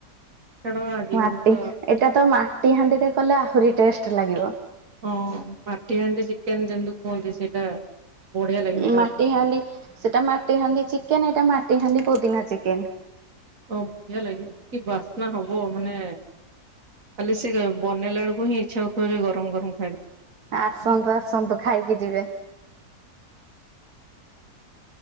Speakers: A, on the right; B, on the right.
A: ଛାଡ ଆଜିକାଲି
B: ମାଟି
A: ତ
B: ଏଟା ତ ମାଟି ହାଣ୍ଡିରେ କଲେ ଆହୁରି ଟେଷ୍ଟ ଲାଗିବ।
A: ହଁ ମାଟି ହାଣ୍ଡି ଚିକେନ ଯେମିତି କୁହନ୍ତି ସେଇଟା। ବଢିଆ ଲାଗିବ ଖାଇବାକୁ
B: ମାଟି ହାଣ୍ଡି ସେଟା ମାଟି ହାଣ୍ଡି ଚିକେନ ଏଇଟା ମାଟି ହାଣ୍ଡି ପୋଦିନା ଚିକେନ।
A: ଓ ବଢ଼ିଆ ଲାଗିବ କି ବାସ୍ନା ହବ ମାନେ। ଖାଲି ସେ ବେଳକୁ ହିଁ ଇଚ୍ଛା ହଉଥିବ ଯେ ଗରମ ଗରମ ଖାଇଦବ।
B: ଆସନ୍ତୁ ଆସନ୍ତୁ ଖାଇକି ଯିବେ।